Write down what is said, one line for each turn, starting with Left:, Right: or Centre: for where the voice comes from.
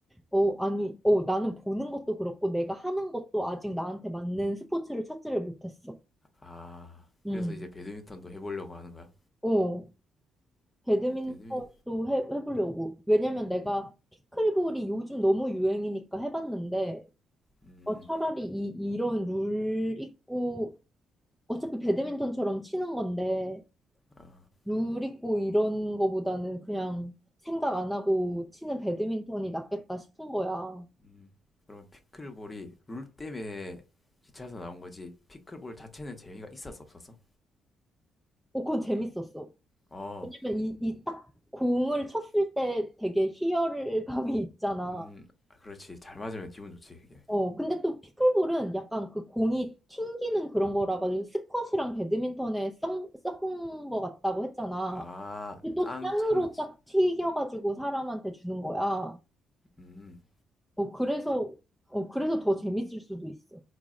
Centre: 어, 아니, 어, 나는 보는 것도 그렇고, 내가 하는 것도 아직 나한테 맞는 스포츠를 찾지를 못했어.
Left: 아,
Centre: 음,
Left: 그래서 이제 배드민턴도 해보려고 하는 거야?
Centre: 어, 배드민턴도
Left: 배드민,
Centre: 해, 해보려고. 왜냐면 내가 피클볼이 요즘 너무 유행이니까 해봤는데,
Left: 음,
Centre: 어, 차라리 이, 이런 룰 있고, 어차피 배드민턴처럼 치는 건데,
Left: 아.
Centre: 룰 있고 이런 거보다는 그냥 생각 안 하고 치는 배드민턴이 낫겠다 싶은 거야. 어.
Left: 음, 그럼 피클볼이 룰 때문에 기차에서 나온 거지. 피클볼 자체는 재미가 있었어, 없었어?
Centre: 어, 그건 재밌었어.
Left: 어,
Centre: 왜냐면 이, 이 딱 공을 쳤을 때 되게 희열감이 있잖아.
Left: 음, 아, 그렇지. 잘 맞으면 기분 좋지, 그게.
Centre: 어, 근데 또 피클볼은 약간 그 공이 튕기는 그런 거라 가지고 스쿼시랑 배드민턴에 썩, 섞은 거 같다고 했잖아.
Left: 아,
Centre: 근데 또
Left: 땅
Centre: 땅으로
Left: 참지.
Centre: 딱 튀겨가지고 사람한테 주는 거야.
Left: 음,
Centre: 어, 그래서, 어, 그래서 더 재밌을 수도 있어.